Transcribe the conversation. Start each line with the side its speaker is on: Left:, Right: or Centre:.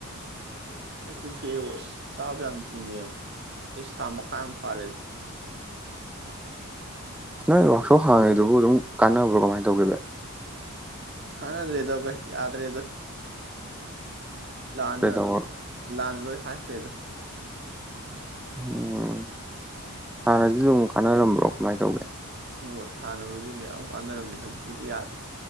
Right: ꯑꯩ ꯇꯣꯛꯊꯣꯛꯑꯦꯕꫭ ꯑꯁ ꯆꯥꯕ ꯌꯥꯝ ꯇꯤꯛꯉꯦꯅ ꯏꯁ ꯊꯥ ꯃꯈꯥꯏꯃꯨꯛ ꯐꯥꯔꯦꯗ
Centre: ꯅꯣꯏ ꯋꯥꯛꯁꯣꯛ ꯍꯥꯡꯉꯤꯗꯨꯕꯨ ꯑꯗꯨꯝ ꯀꯥꯟꯅꯕ꯭ꯔꯣ ꯀꯃꯥꯏꯅ ꯇꯧꯒꯦ ꯕꯥꯏ
Right: ꯀꯥꯟꯅꯗ꯭ꯔꯦꯗ ꯕꯥꯏ ꯌꯥꯗ꯭ꯔꯦꯗ ꯂꯥꯟꯅ
Centre: ꯀꯩꯗꯧꯔ
Right: ꯂꯥꯟꯅ ꯂꫭꯏ ꯍꯠꯈ꯭ꯔꯦꯗ
Centre: ꯎꯝ ꯍꯥꯟꯅꯗꯤ ꯑꯗꯨꯝ ꯀꯥꯟꯅꯔꯝꯕ꯭ꯔꯣ ꯀꯃꯥꯏꯅ ꯇꯧꯒꯦ
Right: ꯍꯣꯏ ꯍꯣꯏ ꯍꯥꯟꯅꯕꯨꯗꯤ ꯃꯌꯥꯝ ꯀꯥꯟꯅꯔꯝꯃꯦ ꯍꯧꯖꯤꯛꯄꯨꯗꯤ ꯌꯥꯗ꯭ꯔꯦ